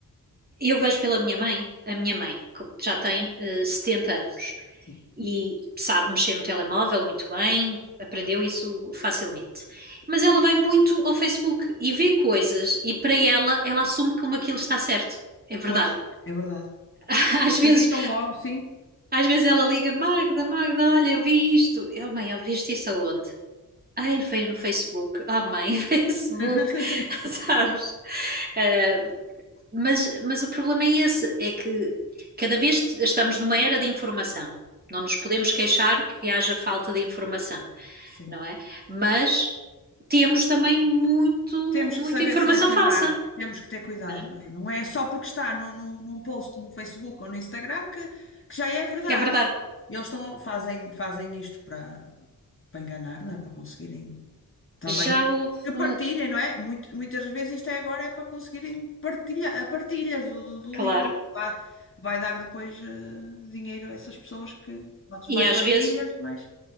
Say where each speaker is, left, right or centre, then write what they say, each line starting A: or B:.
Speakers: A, on the right; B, on the left.
A: Eu vejo pela minha mãe, a minha mãe, que já tem eh, 70 anos.
B: Sim.
A: e sabe mexer no telemóvel muito bem, aprendeu isso facilmente. Mas ela vai muito ao Facebook e vê coisas e para ela ela assume como aquilo está certo. É verdade.
B: Pois, é verdade.
A: <laughs> Às
B: Acreditam
A: vezes,
B: logo, sim.
A: às vezes ela liga, Magda, Magda, olha, eu vi isto. oh mãe, eu viste isso aonde? Ai, veio no Facebook. oh mãe, Facebook,
B: <laughs>
A: <laughs> sabes? Eh, mas, mas o problema é esse, é que cada vez estamos numa era de informação. Não nos podemos queixar que haja falta de informação.
B: Sim.
A: não é? Mas temos também muito,
B: Temos
A: muita
B: que saber
A: informação
B: selecionar,
A: falsa,
B: temos que ter cuidado.
A: não é?
B: Não é só porque está no, no, num post no Facebook ou no Instagram que, que já é verdade.
A: Que é verdade.
B: E eles estão, fazem, fazem isto para, para enganar, não é? Para conseguirem. Também
A: Já
B: é-
A: houve,
B: que partilhem, não é? Muito- muitas vezes isto é agora é para conseguirem partilha, ah, partilhas do, do,
A: claro,
B: do link. Vai, vai dar depois eh, dinheiro a essas pessoas que quantas
A: e
B: mais
A: às
B: partilhas,
A: vezes
B: mais